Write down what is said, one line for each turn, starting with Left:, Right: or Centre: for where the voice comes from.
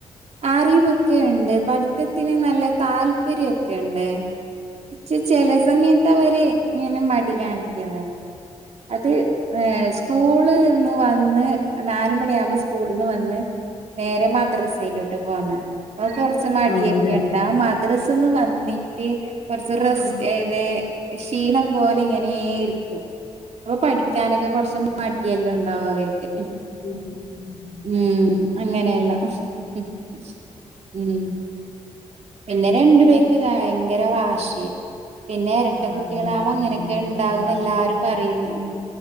Right: അറിവൊക്കെ ണ്ട് പഠിത്തത്തിന് നല്ല താല്പര്യക്കെണ്ട് ച്ച് ചെല സമയത്ത് അവര് ഇങ്ങനെ മടി കാണിക്കണ് അത് ഏഹ് സ്കൂളിന്ന് വന്ന് നാലുമണി ആവുമ്പോ സ്കൂള്ന്ന് വന്ന് നേരെ മദ്രസയിലോട്ട് പോന്ന് ഓ കൊർ സ് മടിയൊക്കെണ്ട
Left: ആഹ് അതെ
Right: മദ്രസന്ന് വന്നിട്ട് കുറച്ച് റസ്റ്റ്
Left: ഉം
Right: എവെ ക്ഷീണം പോലെ ഇങ്ങനെ ഇരിക്കും അപ്പൊ പഠിക്കാനൊക്കെ കുറച്ച് മടിയെല്ലാം ഉണ്ടാവും അവർക്ക്
Left: ഉം ഉം ഉം ഉം
Right: ഉം അങ്ങനെയള്ള ഉം പിന്നെ രണ്ടു
Left: ഉം
Right: പേർക്ക് ഭയങ്കര വാശി പിന്നെ എരട്ട
Left: ആഹ്
Right: കുട്ടികളാവകുമ്പോ
Left: വാശിയും
Right: അങ്ങനെയൊക്കെ ഉണ്ടാവന്ന്
Left: അതാണ് വാശിയും
Right: എല്ലാരും പറയുന്ന് ഉം